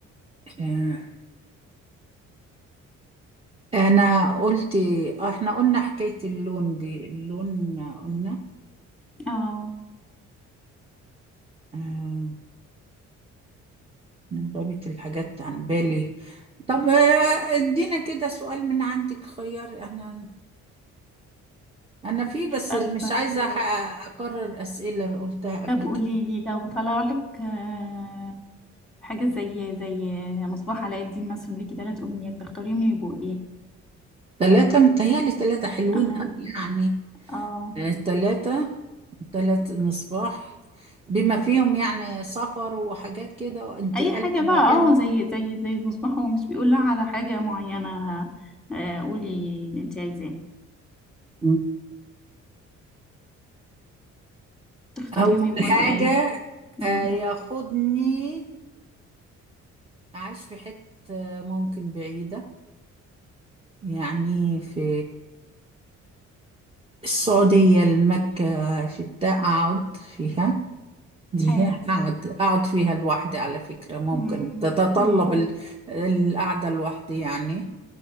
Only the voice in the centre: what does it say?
اه
طب
طب قولي
لي لو طلع لك آه، حاجة زي زي مصباح علاء الدين مثلا ليكي تلات أمنيات تختاريهم يبقوا ايه؟
اه
اه
أي حاجة
بقى
اه
زي زي زي المصباح هو مش بيقول لا على حاجة معينة آه، قولي اللي انت عايزاه
تختاريهم
يكونوا
ايه؟ امم
حلو
امم
امم